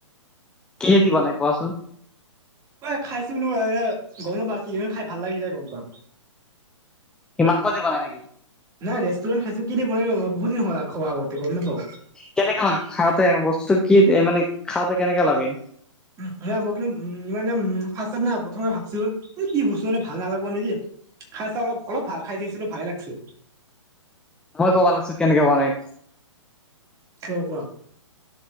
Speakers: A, in the centre; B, on the right (about 20°).
A: কেহেদি বনাই কোৱাচোন।
B: এ খাইছো ন গম নাপাওঁ কি খাই ভাল লাগিছিলে গম পাওঁ।
A: কি মাংস দিব নাই নেকি।
B: নাই ৰেষ্টুৰেণ্ট খাইছো কি দি বনায় বহু দিন হল খোৱা আগতে গম নাপওঁ।
A: কেনেকে লাগে খাওঁতে বস্তুটো কি মানে খাওঁতে কেনেকে লাগে।
B: উ মই কিন্তু উ ই ফ না প্ৰথমে ভাবিছিলো কি বস্তু মানে ভাল নালাগব নেকি। খাইছা অলপ অলপাল খাই চাইছিলোঁ ভালে লাগচি।
A: মই ক'ব লাগছো কেনেকে বনাই।
B: উম কোৱা।